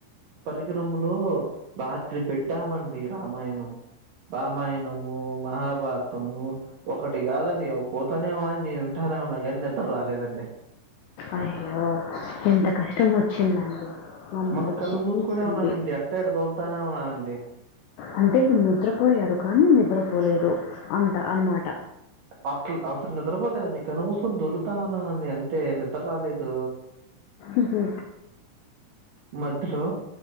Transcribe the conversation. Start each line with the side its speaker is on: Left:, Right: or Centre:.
Right: పరికరములో రాత్రి పెట్టామండి రామాయణం రామాయణము, మహాభారతము ఒకటి కాదన్ డి పోతానే ఏమో నేను వింటానే ఉన్నా కాని నిద్ర రాలేదండి
Left: అయ్యో ఎంత కష్టం వచ్చిందండి మమ్మల్ని
Right: మళ్ళా కళ్ళు
Left: క్షమించండి
Right: మూసుకునే ఉన్నానండి ఎట్ట ఇట్ట దొలుతానే ఉన్నానండి
Left: అంటే మీరు నిద్రపోయారు కానీ నిద్రపోలేదు అంట అనమాట
Right: అట్లు అసలు నిద్రపోలేదండి కళ్లు మూసుకొని దొల్లుతా ఉన్నాను అండి అంతే నిద్ర రాలేదు
Left: ఉహు
Right: మధ్యలో